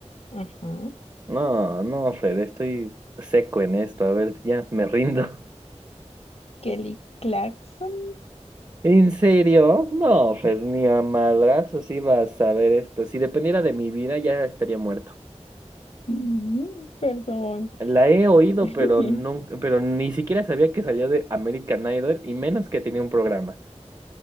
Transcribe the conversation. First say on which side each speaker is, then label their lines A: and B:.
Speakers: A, on the left; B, on the right.
A: Ujú.
B: No, no, Fred, estoy seco en esto, a ver, ya me rindo.
A: Kelly Clarkson.
B: ¿En serio? No, Fer, ni a madrazos iba a saber esto. Si dependiera de mi vida, ya estaría muerto.
A: Mm, Perdón.
B: La he oído,
A: <laughs>
B: pero nunca, pero ni siquiera sabía que salió de American Idol y menos que tenía un programa.